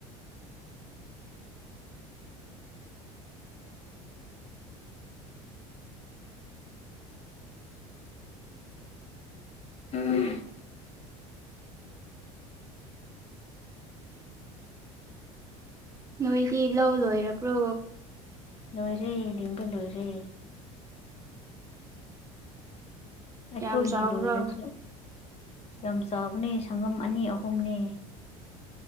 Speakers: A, on the left; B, on the right.
A: ꯎꯝ
B: ꯅꯣꯏꯗꯤ ꯂꯧ ꯂꯣꯏꯔꯕ꯭ꯔꯣ
A: ꯂꯣꯏꯔꯦ ꯂꯤꯡꯕ ꯂꯣꯏꯔꯦ ꯑꯩꯈꯣꯏꯒꯤ
B: ꯌꯥꯝ ꯆꯥꯎꯕ꯭ꯔꯣ
A: ꯂꯣꯏꯔꯁꯨ ꯌꯥꯝ ꯆꯥꯎꯕꯅꯦ ꯁꯪꯉꯝ ꯑꯅꯤ ꯑꯍꯨꯝꯅꯦ